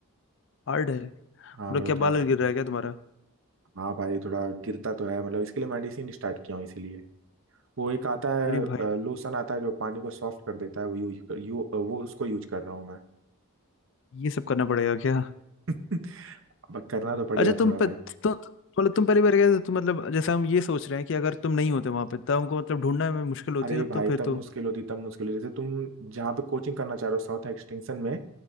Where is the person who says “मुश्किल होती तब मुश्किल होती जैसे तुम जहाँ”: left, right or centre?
Right